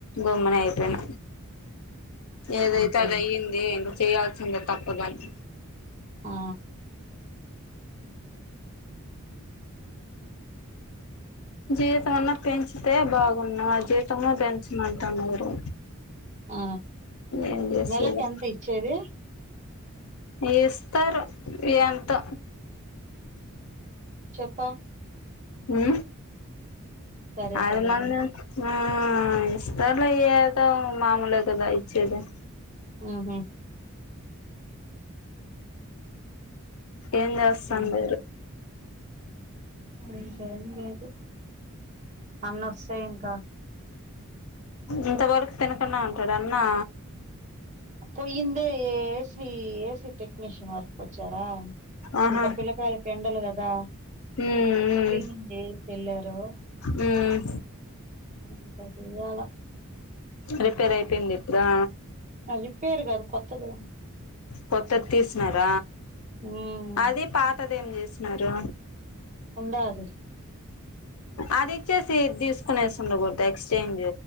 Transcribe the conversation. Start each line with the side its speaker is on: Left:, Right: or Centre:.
Left: గమ్మున అయిపోయిన ఏదైతే
Right: అంతేలే
Left: అది అయ్యింది ఇంకా చేయాల్సిందే తప్పదని
Right: ఆ
Left: జీతం అన్నా పెంచితే బాగున్నా ఆ జీతమూ పెంచమంటన్నారు.
Right: ఆ
Left: ఏం చేస్తరు
Right: నెలకి ఎంత ఇచ్చేది
Left: ఇస్తరు ఎంతో
Right: చెప్ప.
Left: మ్
Right: సరే
Left: అది
Right: సరేలే
Left: మంది ఆ ఇస్తార్లే ఏదో మామూలే గదా సరే
Right: ఉహు
Left: ఏం చేస్తాం
Right: ఇంకా
Left: <inaudible>
Right: ఇంకేం లేదు అన్నోస్తే ఇంకా
Left: ఇంతవరకు తినకుండా ఉంటాడ అన్నా
Right: పోయిందే ఏసీ ఏసీ టెక్నీషన్ వర్క్ కొచ్చారా
Left: ఆహా
Right: ఇంకా పిల్లకాయలకి ఎండలు గదా
Left: మ్మ్
Right: క్లీనింగ్ డే కెల్లారో
Left: మ్మ్
Right: ఇంక చేయాలా
Left: రిపేర్ అయిపోయింది ఇప్పుడా
Right: రిపేర్ కాదు కొత్తది కొన్నాం
Left: కొత్తది తీసినార
Right: ఉమ్
Left: అదీ పాతది ఏం చేసినారు
Right: ఉండాది
Left: అది ఇచ్చేసి ఇద్ తీస్కొని <unintelligible> ఎక్స్చేంజ్